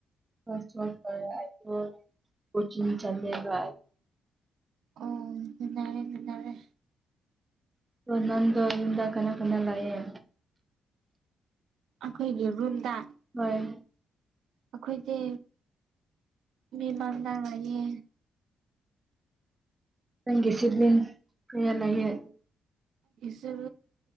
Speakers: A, on the right (about 15°); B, on the right (about 75°).
A: ꯐ ꯐ ꯀꯣꯆꯤꯡ ꯆꯃꯦꯒ
B: ꯑꯣꯗꯔꯦ ꯑꯗꯨꯗꯔꯦ
A: ꯑꯣ ꯅꯟꯗꯣ ꯌꯨꯝꯗ ꯀꯅꯥ ꯀꯅꯥ ꯂꯥꯛꯑꯦ
B: ꯑꯩꯈꯣꯏꯒꯤ ꯔꯨꯜꯗ
A: ꯍꯣꯏ
B: ꯑꯩꯈꯣꯏꯁ ꯃꯤꯃꯥꯡ ꯉꯌꯦ
A: ꯅꯪꯒꯦꯁꯤꯗꯤ ꯀꯌꯥ ꯂꯩꯏ
B: ꯁ